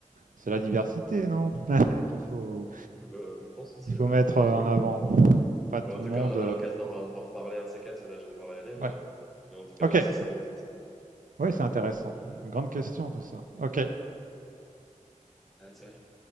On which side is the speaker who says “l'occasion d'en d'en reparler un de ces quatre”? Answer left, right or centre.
Centre